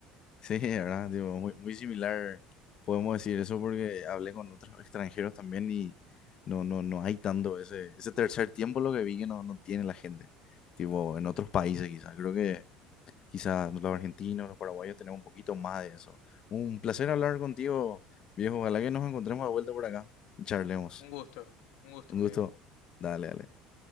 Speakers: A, on the left (about 30°); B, on the left (about 75°).
A: Sí, ¿verdad? Digo, muy, muy similar, podemos decir eso porque hablé con otros extranjeros también y no, no, no hay tanto ese, ese tercer tiempo lo que vi que no, no tiene la gente. Tipo, en otros países quizás. Creo que quizás los argentinos, los paraguayos tenemos un poquito más de eso. Un placer hablar contigo, viejo. Ojalá que nos encontremos de vuelta por acá y charlemos.
B: Un gusto, un gusto,
A: Un gusto.
B: amigo.
A: Dale, dale.